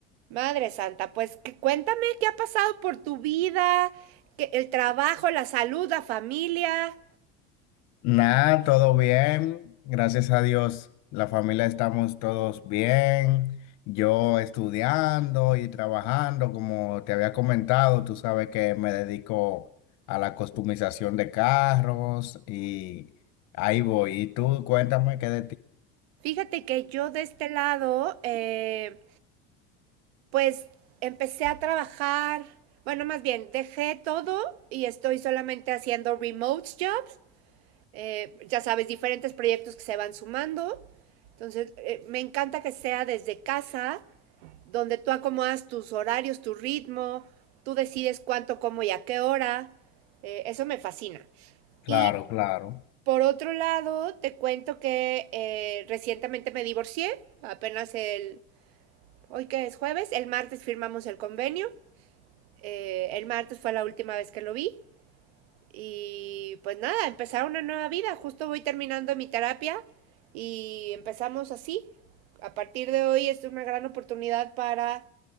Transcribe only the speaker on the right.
Madre Santa, pues que- cuéntame qué ha pasado por tu vida, que- el trabajo, la salud, la familia.
Fíjate que yo de este lado, eh, pues empecé a trabajar, bueno, más bien, dejé todo y estoy solamente haciendo remote job. eh, ya sabes, diferentes proyectos que se van sumando. Entonces, eh, me encanta que sea desde casa, donde tú acomodas tus horarios, tu ritmo, tú decides cuánto, cómo y a qué hora. Eh, eso me fascina. Y
por otro lado, te cuento que eh, recientemente me divorcié, apenas el, hoy que es jueves, el martes firmamos el convenio. Eh, el martes fue la última vez que lo vi. Y pues nada, empezar una nueva vida. Justo voy terminando mi terapia y empezamos así. A partir de hoy es una gran oportunidad para,